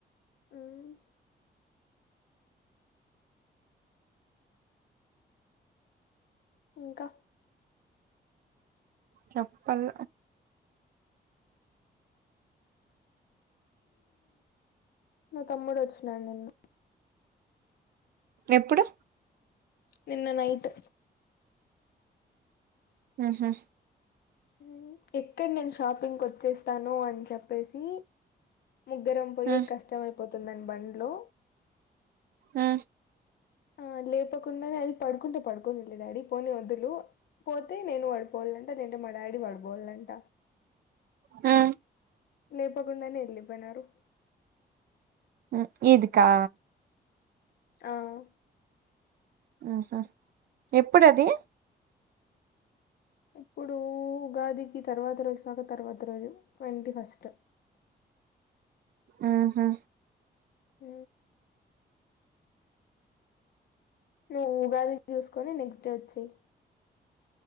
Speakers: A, on the left (about 65°); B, on the right (about 60°).
A: హ్మ్ ఇంకా
B: చెప్పర్
A: మా తమ్ముడు వచ్చినాడు నిన్న
B: ఎప్పుడు
A: నిన్న నైట్
B: ఆహ
A: ఆ ఎక్కడ నేను షాపింగ్ కొచ్చేస్తానో అని చెప్పేసి ముగ్గురం పోయేకీ
B: ఉమ్
A: కష్టం అయిపోత్ తను నేను బండ్లో
B: ఆ
A: ఆ లేపకుండానే అది పడుకుంటే పడుకోనీలే డాడీ పోనీ వొదులు పోతే నేను పడిపోవాలంట లేదంటే మా డాడీ పడిపోవాలంట
B: ఊ
A: లేపకుండానే ఎళ్ళిపోయినారు
B: ఊ ఈద్ కా
A: అవ్
B: ఆహా ఎప్పుడది
A: ఇప్పుడు ఉగాదికి తర్వాత రోజు కాక తర్వాత రోజు ట్వంటీ ఫస్ట్
B: ఆహా
A: ఊ నువ్వు ఉగాది చూసుకొని నెక్స్ట్ డే వచ్చేయ్